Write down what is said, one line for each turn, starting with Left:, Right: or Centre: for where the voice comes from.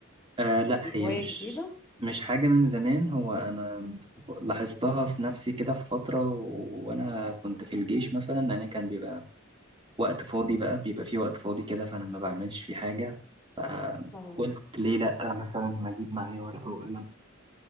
Right: آه لا
Left: دي
Right: هي
Left: هواية
Right: مش
Left: جديدة
Right: مش حاجة من زمان هو أنا لاحظتها في نفسي كده في فترة و- وأنا كنت في الجيش مثلا أنا كان بيبقى وقت فاضي
Left: مم.
Right: بقى بيبقى فيه وقت فاضي كده فأنا ما بعملش فيه حاجة فقلت
Left: اه
Right: ليه لأ مثلا ما أجيب معايا ورقة وقلم